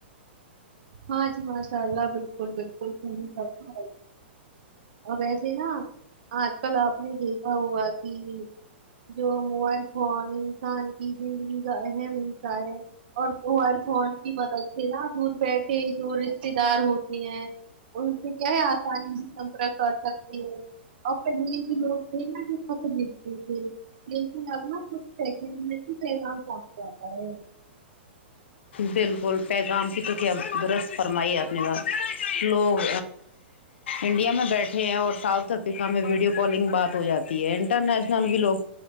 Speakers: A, on the right; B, on the left.
A: ہاں جی ماشاء اللہ بالکل بالکل <unintelligible> اور ویسے نا آج کل آپ نے دیکھا ہوا کہ جو موبائل فون انسان کی زندگی کا اہم حصہ ہے اور موبائل فون کی مدد سے نا دور بیٹھے جو رشتے دار ہوتے ہیں ان سے کیا ہے آسانی بھی سمپرک کر سکتی ہے اور پہلے جو لوگ تھے نا جو <unintelligible> تھے لیکن اب نہ کچھ سیکنڈ میں ہی پیغام پہنچ جاتا ہے
B: بالکل پیغام کی تو کیا درست فرمائیے اپنے بات لوگ انڈیا میں بیٹھے ہیں اور ساؤتھ افریقہ میں ویڈیو کالنگ بات ہو جاتی ہے انٹرنیشنل بھی لوگ